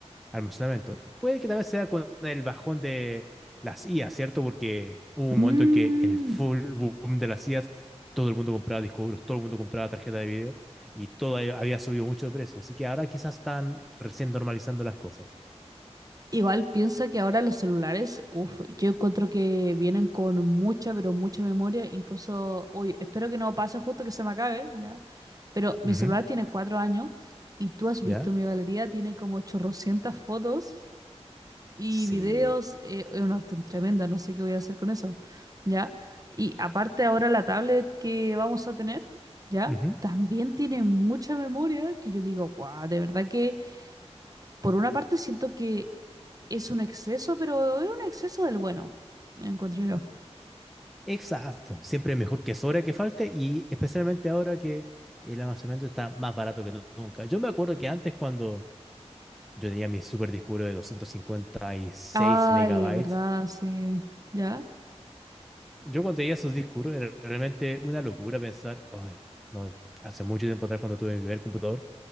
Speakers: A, in the centre; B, on the right.
A: Almacenamiento. Puede que también sea con el bajón de las IAs, ¿cierto? Porque hubo un
B: Mm,
A: momento en que el full boom de las IAs, todo el mundo compraba discos duros, todo el mundo compraba tarjeta de video y todo ahí había subido mucho de precio. Así que ahora quizás están recién normalizando las cosas.
B: Igual piensa que ahora los celulares, uf, yo encuentro que vienen con mucha, pero mucha memoria. Incluso, uy, espero que no pase justo que se me acabe, ya. Pero mi
A: Ujú,
B: celular tiene cuatro años y tú has visto
A: ¿Ya?
B: mi galería, tiene como chorrocientas fotos y
A: Sí.
B: videos. Eh, eh, no, están tremendas, no sé qué voy a hacer con eso, ya. Y aparte ahora la tablet que vamos a tener, ya,
A: ujú.
B: también tiene mucha memoria que yo digo, guau, de verdad que por una parte siento que es un exceso, pero es un exceso del bueno, encuentro yo.
A: Exacto. Siempre es mejor que sobra que falte y especialmente ahora que el almacenamiento está más barato que nunca. Yo me acuerdo que antes cuando Yo tenía mi super disco duro de 256
B: Ay,
A: megabytes.
B: ¿verdad? Sí. ¿Ya?
A: Yo cuando tenía esos discos duros, era realmente una locura pensar, ay, no, hace mucho tiempo atrás cuando tuve mi primer computador,